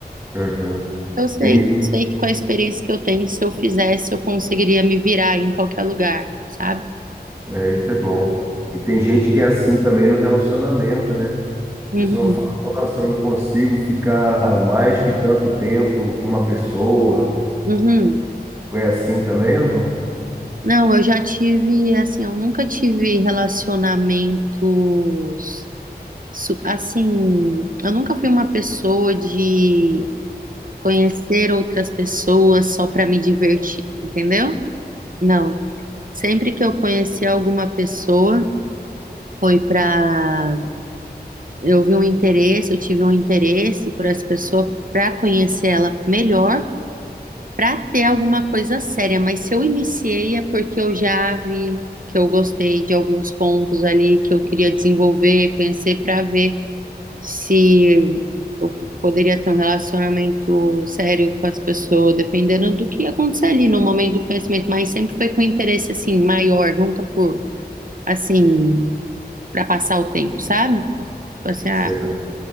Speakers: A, on the right (about 15°); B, on the right (about 55°).
A: uhum.
B: Eu sei,
A: Tem,
B: sei que com a experiência que eu tenho, se eu fizesse, eu conseguiria me virar em qualquer lugar, sabe?
A: é, isso é bom. E tem gente que é assim também no relacionamento, né?
B: Uhum,
A: A pessoa fala, nossa, eu não consigo ficar mais que tanto tempo com uma pessoa.
B: uhum.
A: Foi assim também ou não?
B: Não, eu já tive, assim, eu nunca tive relacionamentos, su- assim, eu nunca fui uma pessoa de conhecer outras pessoas só para me divertir, entendeu? Não. Sempre que eu conheci alguma pessoa, foi para eu vi um interesse, eu tive um interesse por essa pessoa para conhecer ela melhor, para ter alguma coisa séria. Mas se eu iniciei é porque eu já vi que eu gostei de alguns pontos ali que eu queria desenvolver, conhecer para ver se eu poderia ter um relacionamento sério com essa pessoa, dependendo do que ia acontecer ali no momento do conhecimento. Mas sempre foi com interesse assim maior, nunca por assim para passar o tempo, sabe? Tipo assim, ah,
A: Será?